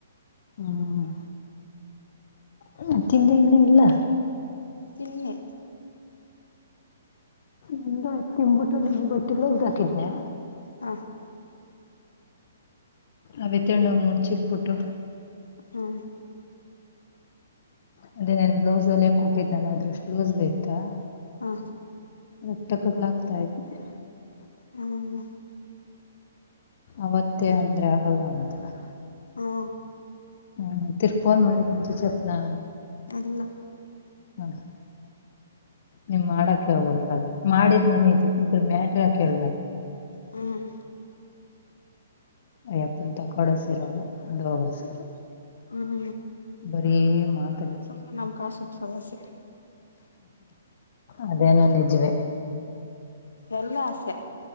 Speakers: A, on the left; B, on the left.
A: ಹ್ಮ್ ಅ ತಿಂದೆ ಇನ್ನ ಇಲ್ಲ
B: ತಿನ್ನೆ
A: ನಿ ತಿನಬಟ್ಟು ನಿ ಬಟ್ಟೆಗಳು ಹೋಗ್ದ ಹಾಕಿದನಿ
B: ಹಾ
A: ಅವತ್ತೊಂಡ ಮುಡಚಿ ಪುಟ್ಟು
B: ಹ್ಮ
A: ಅಂದೇ ನನ್ ಬ್ಲೌಸ್ ಹೊಲ್ಲಿಯಕ್ ಕುಟ್ಟಿದ್ನಲ್ಲ ಅದ್ರಷ್ಟು ಲೂಸ್ ಬೇಕಾ.
B: ಹಾ
A: <unintelligible>
B: ಹ್ಮ್
A: ಅವತ್ತೇ ಅಂದ್ರೆ ಆಗಲ್ಲ ಅಂತ ನಾ
B: ಹಾ
A: ಹ್ಮ ತಿರ್ಗ್ಫೋನ್ ಮಾಡಿ ತಂಚೆ ಚೆಪ್ನಾ
B: ಇಲ್ಲ
A: <unintelligible> ನೀನ್ ಮಾಡಕ ಹೋಗ್ಬಡ್ಕಲ್ ಮಾಡಿದ್ರುನು ಇದೀನಿ ಇದ್ರ ಮ್ಯಾಟ್ರಕ ಕೇಳ್ಬೇಡ
B: ಹ್ಮ್
A: ಅಯ್ಯಪ್ಪಂತ ತ ಕೊಡೋಸೀರಲ್ಲ ಅದು ಹೋಗೋಸಿರಲ್ಲ.
B: ಹ್ಮ್
A: ಬರೀ ಮಾತು
B: ಸುಮನೆ ನಮ್ಮ ಕಾಸ್ಟ್ ಗೆ ಸಮಸೆ
A: ಅದೇನೋ ನಿಜವೇ
B: ಎಲ್ಲಾ ಆಸೆ